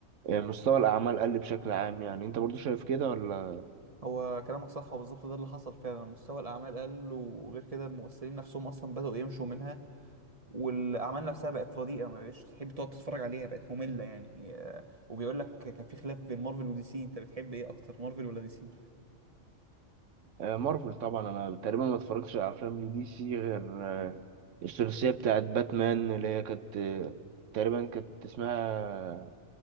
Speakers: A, on the right; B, on the right.
A: أه مستوى الاعمال قل بشكل عام يعني انت برضو شايف كده ولا
B: هو كلامك صح وبالظبط ده اللي حصل فعلا مستوى الاعمال قل وغير كده الممثلين نفسهم اصلا بداوا يمشوا منها والاعمال نفسها بقت رديئه ما بقتش تحب تقعد تتفرج عليها بقت ممله يعني آه، وبيقول لك كان في خلاف بين مارفل ودي سي انت بتحب ايه اكتر مارفل ولا دي سي
A: أه مارفل طبعا انا تقريبا ما اتفرجتش على افلام دي سي غير أه الثلاثيه بتاعت باتمان اللي هي كانت آه، تقريبا كانت اسمها